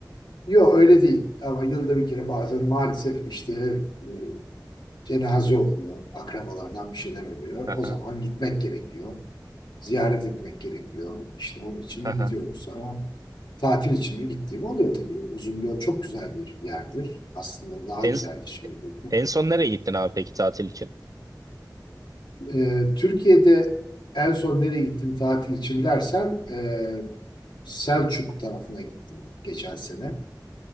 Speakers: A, on the left; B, on the right.
A: yok öyle değil ama yılda bir kere bazen maalesef işte e, Cenaze oluyor, akrabalardan bir şeyler oluyor.
B: Aha,
A: O zaman gitmek gerekiyor, ziyaret etmek gerekiyor. İşte onun için
B: aha.
A: gidiyoruz ama tatil için de gittiğim oluyor tabii. Uzungöl çok güzel bir yerdir. Aslında daha
B: En,
A: güzeldi şimdi. gördüm.
B: en son nereye gittin abi peki tatil için?
A: Ee, Türkiye'de en son nereye gittim tatil için dersen e, Selçuk tarafına gittim geçen sene.